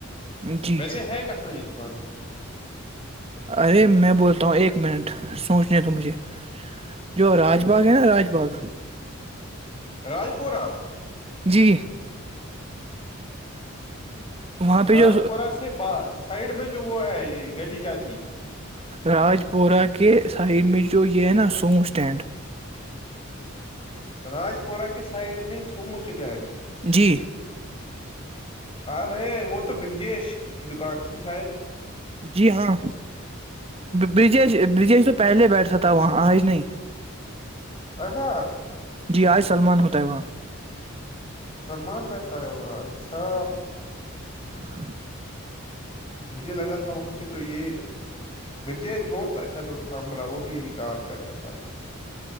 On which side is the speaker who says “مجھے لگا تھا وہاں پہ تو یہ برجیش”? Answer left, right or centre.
Left